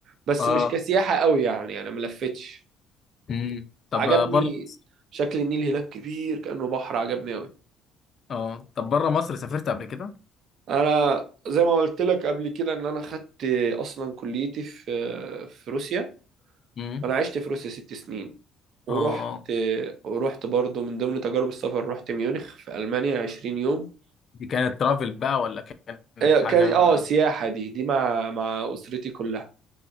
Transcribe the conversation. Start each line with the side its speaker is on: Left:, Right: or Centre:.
Right: بس
Left: آه
Right: مش كسياحه قوي يعني انا ما لفتش
Left: امم طب
Right: عجبني
Left: بره مصر
Right: شكل النيل هناك كبير كانه بحر عجبني قوي
Left: آه طب بره مصر سافرت قبل كده؟
Right: انا زي ما قلت لك قبل كده ان انا خدت اصلا كليتي في في روسيا
Left: امم
Right: انا عشت في روسيا ست سنين ورحت
Left: آه آه.
Right: ورحت برضو من ضمن تجارب السفر رحت ميونخ في المانيا 20 يوم
Left: دي كانت ترافل بقى ولا كانت
Right: آه، كان
Left: حاجة
Right: اه سياحة دي دي مع مع أسرتي كلها